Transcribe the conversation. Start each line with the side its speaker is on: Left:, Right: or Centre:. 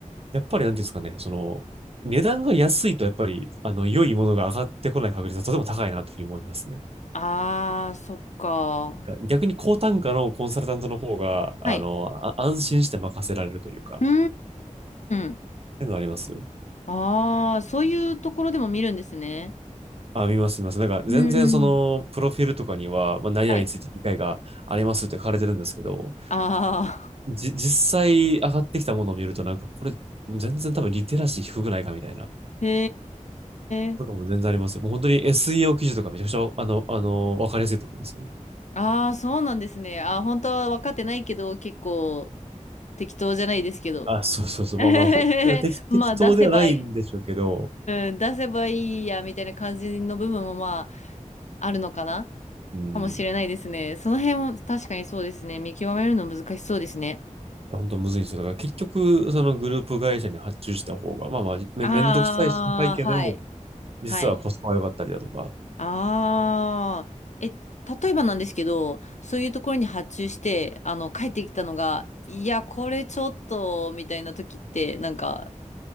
Right: やっぱりなんていうんですかね、その値段が安いとやっぱりあの良いものが上がってこない確率はとても高いなというふうに思いますね。
Left: ああ、そっか。
Right: 逆に高単価のコンサルタントの方が、あの、
Left: はい。
Right: あ安心して任せられるというか、
Left: うー
Right: っ
Left: ん。
Right: ていうのありますよ。
Left: ああ、そういうところでも見るんですね。
Right: あ、見ます、見ます。なんか、
Left: うーん。
Right: 全然その、プロフィールとかには、まあ、何々について理解がありますって書かれてるんですけど、
Left: はい。ああ。
Right: じ、実際上がってきたものを見ると、なんか、これ、全然多分リテラシー低くないかみたいな、
Left: へえ。
Right: とかも全然ありますよ。もう本当に SEO 記事とかめちゃくちゃ、あの、あの、わかりやすいと思いますよ。
Left: ああ、そうなんですね。あー、本当は分かってないけど、結構適当じゃないですけど。
Right: あ、そうそうそう。
Left: <laughs>
Right: まあまあ、本人は適、適当ではないんでしょうけど、
Left: まあ、出せばいい。うん、出せばいいや、みたいな感じの部分もまあ、あるのかな
Right: うん、
Left: かもしれないですね。その辺も確かにそうですね。見極めるの難しそうですね。
Right: 本当むずいんですよ。だから結局、そのグループ会社に発注した方が、まあまあ、め、
Left: ああ、
Right: めんどくさいし高いけど、
Left: はい。
Right: 実はコスパが良かったりだとか。
Left: はい。ああ、え、例えばなんですけど、そういうところに発注して、あの、帰ってきたのが、いや、これちょっと、みたいな時って、なんか、